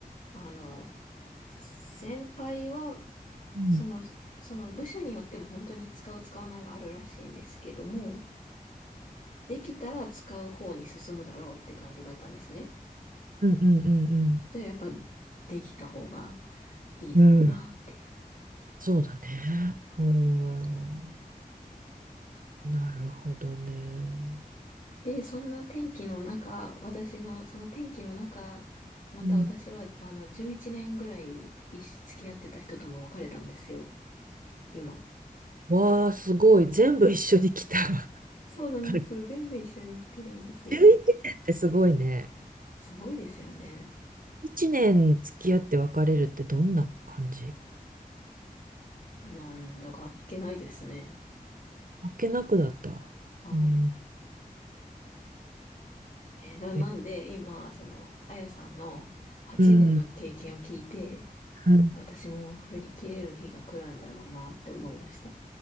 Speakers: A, on the left; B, on the right.
A: あの、先輩は、
B: うん、
A: その、その部署によっても本当に使う使わないはあるらしいんですけども、できたら使う方に進むだろうって感じだったんですね。
B: うんうんうん
A: じゃあやっぱできた方がいいだろうなっていう。
B: うん。うん。そうだね。うん。なるほどね。
A: で、そんな天気の中、私の、その天気の中、また私はあの11年ぐらい一緒付き合ってた人とも別れたんですよ。
B: うん
A: 今。
B: わあ、すごい。全部一緒に来た。
A: そうなんです。
B: <laughs>
A: 全部一緒に来てるんですよ。
B: 11年ってすごいね。
A: すごいですよね。
B: 1年付き合って別れるってどんな感じ
A: なんだかあっけないですね。
B: あっけなくだった。
A: はい。
B: うん。
A: えーな、なんで、
B: え
A: 今、その、あやさんの8年の経験を聞いて、
B: うん。うん
A: 私も振り切れる日が来るんだろうなって思いました。